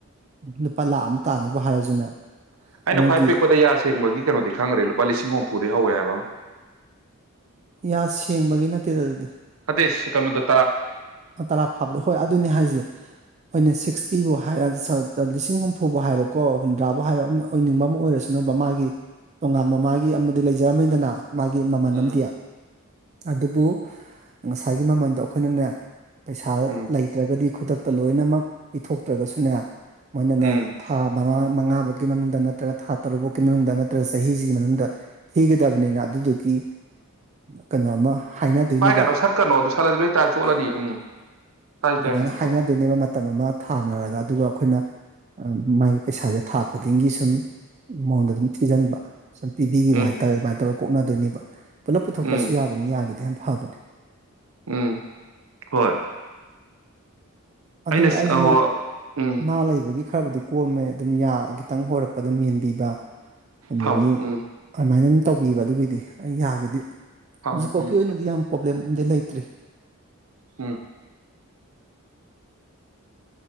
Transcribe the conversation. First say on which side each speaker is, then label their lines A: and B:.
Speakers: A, on the right (about 30°); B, on the right (about 70°).
A: ꯂꯨꯄꯥ ꯂꯥꯈ ꯑꯃ ꯇꯥꯅꯤꯕꯨ ꯍꯥꯏꯔꯁꯨꯅꯦ
B: ꯑꯩꯅ
A: ꯃꯣꯏꯒꯤ
B: ꯈ꯭ꯋꯥꯏ ꯄꯤꯛꯄꯗ ꯌꯥ ꯁꯦꯡꯕꯒꯤ ꯀꯩꯅꯣꯗꯤ ꯈꯪꯈ꯭ꯔꯦ ꯂꯨꯄꯥ ꯂꯤꯁꯤꯡ ꯍꯨꯝ ꯐꯨꯗꯩ ꯍꯧꯋꯦ ꯍꯥꯏꯕ ꯑꯃ
A: ꯌꯥ ꯁꯦꯡꯕꯒꯤ ꯅꯠꯇꯦꯗ ꯑꯗꯨꯗꯤ
B: ꯅꯠꯇꯦ ꯀꯩꯅꫭꯗꫭ
A: ꯇꯔꯥ ꯐꯥꯕꯗ ꯍꯣꯏ ꯑꯗꯨꯅꯦ ꯍꯥꯏꯁꯦ ꯍꫭꯏꯅꯦ ꯁꯤꯛꯁꯇꯤꯕꯨ ꯍꯥꯏꯔ ꯂꯤꯁꯤꯡ ꯍꯨꯝꯐꯨꯕꯨ ꯍꯥꯏꯔꯣꯀꯣ ꯍꯨꯝꯗ꯭ꯔꯥꯕꯨ ꯍꯥꯏꯔꯣ ꯑꯣꯏꯅꯤꯡꯕ ꯑꯃ ꯑꯣꯏꯔꯁꯨ ꯅꯕ ꯃꯥꯒꯤ ꯇꯣꯉꯥꯟꯕ ꯃꯥꯒꯤ ꯑꯃꯗꯤ ꯂꯩꯖꯔꯝꯃꯗꯅ ꯃꯥꯒꯤ ꯃꯃꯜ
B: ꯎꯝ
A: ꯑꯃꯗꯤ ꯑꯗꯨꯕꯨ ꯉꯁꯥꯏꯒꯤ ꯃꯃꯜꯗꯣ ꯑꯩꯈꯣꯏꯅꯅꯦ ꯄꯩꯁꯥ
B: ꯎꯝ
A: ꯂꯩꯇ꯭ꯔꯒꯗꯤ ꯈꯨꯗꯛꯇ ꯂꯣꯏꯅꯃꯛ ꯄꯤꯊꯣꯛꯇ꯭ꯔꯒꯁꯨꯅꯦ ꯃꯣꯏꯅꯅꯦ
B: ꯎꯝ
A: ꯊꯥ ꯃꯉ ꯃꯉꯥꯐꯥꯎꯒꯤ ꯃꯅꯨꯡꯗ ꯅꯠꯇ꯭ꯔꯒ ꯊꯥ ꯇꯔꯨꯛ ꯐꯧꯒꯤ ꯃꯅꯨꯡꯗ ꯅꯠꯇ꯭ꯔꯒ ꯆꯍꯤꯁꯤꯒꯤ ꯃꯅꯨꯡꯗ ꯊꯤꯒꯗꯕꯅꯤꯅ ꯑꯗꯨꯗꯨꯒꯤ ꯀꯩꯅꯣ ꯑꯃ ꯍꯥꯏꯅꯗꯣꯏꯅꯦꯕ
B: ꯄꯥꯏꯒꯅꯣ ꯁꯠꯀꯅꫭ ꯑꯗꯨ ꯁꯠꯂꯗꯤ ꯂꯣꯏ
A: <inaudible>
B: ꯇꯥ ꯆꯣꯠꯂꯅꯤ ꯎꯝ ꯇꯥꯏ
A: ꯑꯗꯨꯃꯥꯏꯅ
B: ꯇꯥꯏ ꯉꯥꯏꯈꯣꯀꯣ
A: ꯍꯥꯏꯅꯗꯣꯏꯅꯦꯕ ꯃꯇꯝ ꯑꯃ ꯊꯥꯅꯔꯒ ꯑꯗꯨꯒ ꯑꯩꯈꯣꯏꯅ ꯃꯥꯒꯤ ꯄꯩꯁꯥꯁꯦ ꯊꯥ ꯈꯨꯗꯤꯡꯒꯤ ꯁꯨꯝ ꯃꯉꯣꯟꯗ ꯑꯗꯨꯝ ꯊꯤꯖꯤꯟꯕ ꯁꯨꯝ ꯄꯤꯕꯤꯒꯤꯕ
B: ꯎꯝ
A: ꯍꯥꯏꯇꯥꯔꯦ ꯑꯗꯨꯃꯥꯏꯅ ꯇꯧꯔꯒ ꯀꯣꯛꯅꯗꯣꯏꯅꯦꯕ ꯄꯨꯂꯞ ꯄꯨꯊꯣꯛꯇꯁꯨ
B: ꯎꯝ
A: ꯌꯥꯕꯅꯤ ꯌꯥꯒꯤꯗꯤ ꯐꯕꯅꯦ
B: ꯎꯝ ꯍꯣꯏ
A: ꯑꯗꯨꯅꯦ
B: ꯑꯩꯅ
A: ꯑꯩꯁꯨꯅꯦ
B: ꯑꯍꯣ ꯎꯝ
A: ꯃꯥ ꯂꯩꯕꯒꯤ ꯈꯔꯕꯨꯗꯤ ꯀꯣꯝꯃꯦ ꯑꯗꯨꯝ ꯌꯥ ꯈꯤꯇꯪ ꯍꯣꯔꯛꯄꯗ ꯑꯗꯨꯝ ꯃꯦꯟꯕꯤꯕ ꯑꯗꯒꯤ
B: ꯐꯝꯃꯣ ꯎꯝ
A: ꯑꯃꯥꯏꯅ ꯇꯧꯕꯤꯕ ꯑꯗꯨꯒꯤꯗꯤ ꯑꯩ ꯌꯥꯒꯤꯗꯤ
B: ꯐꯝꯃꯣ
A: ꯍꯧꯖꯤꯛꯐꯥꯎꯒꯤ
B: ꯎꯝ
A: ꯑꯣꯏꯅꯗꯤ ꯌꯥꯝ ꯄ꯭ꯔꯣꯕ꯭ꯂꯦꯝꯗꯤ ꯂꯩꯇ꯭ꯔꯤ
B: ꯎꯝ